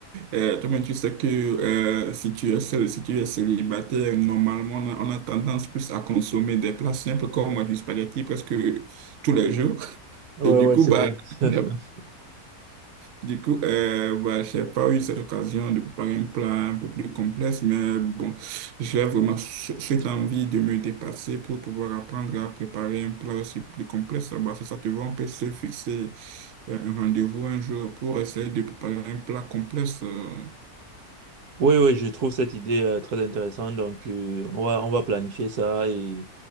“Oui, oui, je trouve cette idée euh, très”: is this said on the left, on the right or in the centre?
Right